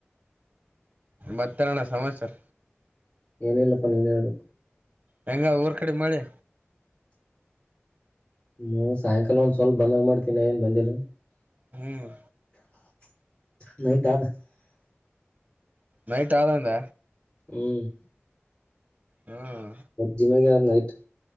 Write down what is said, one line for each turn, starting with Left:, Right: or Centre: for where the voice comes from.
Right: ಮತ್ತರಣ ಸಮಾಚಾರ
Left: ಏನ ಏನುಲ್ಲಪ್ಪಾ ನೀನ್ ಹೇಳ್ಬೇಕ
Right: ಹೆಂಗ ಊರ್ ಕಡೆ ಮಳೆ
Left: ಹ್ಮ್ ಸಾಯಂಕಾಲ ಒಂದ್ ಸ್ವಲ್ಪ ಬಂದಾಗ ಮಾಡ್ತೀಿನಿ ಏನ್ ಬಂದಿಲ್ಲ
Right: ಹ್ಮ್
Left: <unintelligible>
Right: ನೈಟ್ ಆದದಂದ
Left: ಹ್ಮ್
Right: ಹ್ಮ್
Left: ಜಿಮಗೆ ಆದ ನೈಟ್